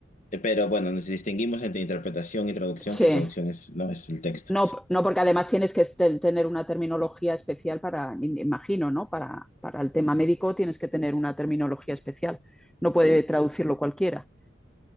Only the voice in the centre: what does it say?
sí.
No, no, porque además tienes que estel- tener una terminología especial para, me imagino, ¿no? Para, para el tema médico tienes que tener una terminología especial. No puede traducirlo cualquiera.